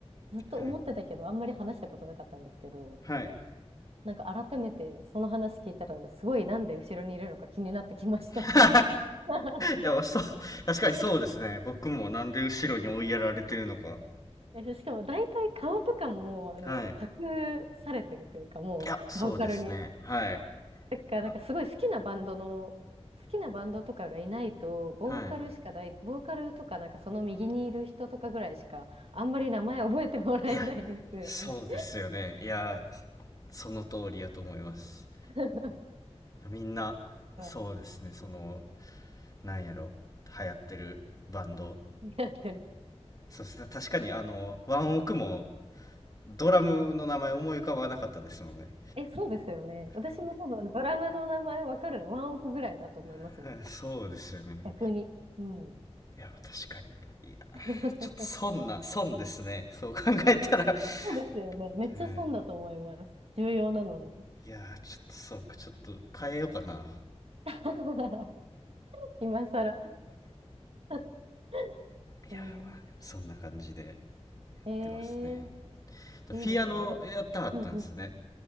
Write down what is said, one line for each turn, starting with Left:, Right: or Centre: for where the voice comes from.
Right: ずっと思ってたけど、
Left: はい。
Right: あんまり話したことなかったんですけど、
Left: はい。
Right: なんか改めてその話聞いたら、すごいなんで後ろにいるのか気になってきました。
Left: <laughs> い
Right: <laughs>
Left: や、そう、確かにそうですね。僕もなんで後ろに追いやられてるのか。
Right: え、そうしかも大体顔とかも、あの、
Left: はい。い
Right: 隠されてるというか、もう、
Left: や、そうですね。
Right: ボーカルに。
Left: はい。
Right: だからなんかすごい好きなバンドの、
Left: あ
Right: 好きなバンドとかがいないと、ボーカルしかない、
Left: は
Right: ボーカルとかなんかその右にいる人とかぐらいしか、あんまり名前覚えてもらえないですよね。
Left: い。いや、そうですよね。いや、その通りやと思います。
Right: <laughs>
Left: みんな、
Right: うん
Left: そうですね、その、なんやろ流行ってるバンド
Right: やってる。
Left: そしたら確かにあのワンオクもドラムの名前思い浮かばなかったですもんね
Right: え、そうですよね。私も多分ドラムの名前わかるの、ワンオクぐらいだと思いますもん。
Left: <laughs> そうですよね
Right: 逆に。うん。
Left: いや確かにいや
Right: <laughs>
Left: ちょっと損な損ですねそう考えたら、<laughs>
Right: そうですよね。めっちゃ損だと思います。
Left: うん
Right: 重要なのに。
Left: いやちょっとそうかちょっと変えようかな
Right: <laughs> 今更。<laughs>
Left: いやまあでもそんな感じで
Right: えー、
Left: やってますね
Right: えーいいですね。
Left: ピアノやったはったんですね
Right: でも、うんうん